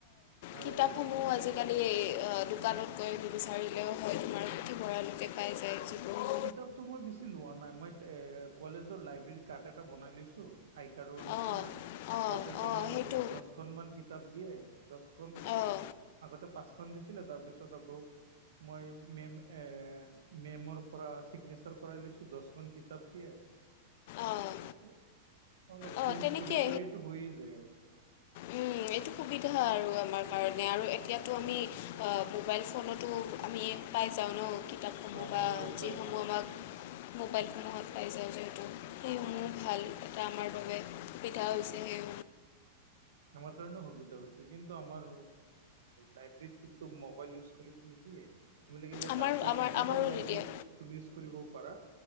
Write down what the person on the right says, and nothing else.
আৰু
কিতাপতো মই বেছি লোৱা নাই মই এ কলেজৰ লাইব্ৰেৰী কাৰ্ড এটা বনাই লৈছো। আইকাডৰ নিচিনা-
তাতে তোমাৰ
দহখন মান কিতাপ দিয়ে। দহখন
আগতে পাঁচখন দিছিলে তাৰ পিছত আকৌ মই মে'ম এ মেমৰ পৰা চিগনেচাৰ কৰাই লৈছো দহখন কিতাপ দিয়ে।
অলপ
চেঞ্জ
কৰি কৰি সেইটো হৈয়ে যায় আৰু।
অ
মোবাইলত
পাই যাওঁ
<unintelligible>
আমাৰ কাৰণে সুবিধা হৈছে কিন্তু আমাৰ লাইব্ৰেৰীত কিন্তু মোবাইল ইউজ কৰিব নিদিয়ে। তুমি লাগিলে
তাত গৈ
ডিজিটেল
লাইব্ৰেৰীত
তুমি ইউজ কৰিব পাৰা